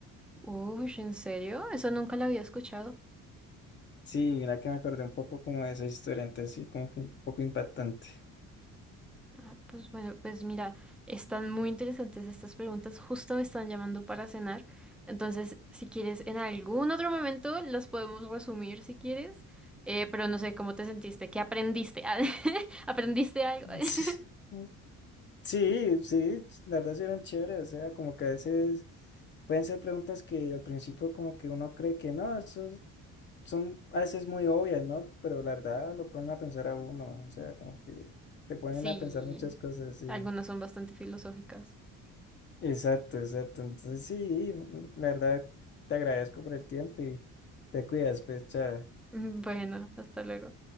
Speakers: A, in the centre; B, on the left (about 35°).
A: Uy, ¿en serio? Eso nunca lo había escuchado.
B: Sí, mira que me acordé un poco como de esa historia, entonces sí, como que un poco impactante.
A: Ah, pues bueno, pues mira, están muy interesantes estas preguntas, justo me están llamando para cenar, entonces si quieres en algún otro momento las podemos resumir si quieres, Eh, pero no sé cómo te sentiste, qué aprendiste, <laughs> ¿aprendiste algo?
B: <laughs>
A: <laughs>
B: Sí, sí, sí, la verdad sí eran chéveres. O sea, como que a veces pueden ser preguntas que al principio como que uno cree que no, eso es- son a veces muy obvias, ¿no? Pero la verdad lo ponen a pensar a uno. O sea, como que te ponen
A: Sí,
B: a pensar muchas cosas. Sí.
A: algunas son bastante filosóficas. <laughs>
B: Exacto, exacto. Entonces, sí, la verdad, te agradezco por el tiempo y te cuidas, pues, chao.
A: Bueno, hasta luego.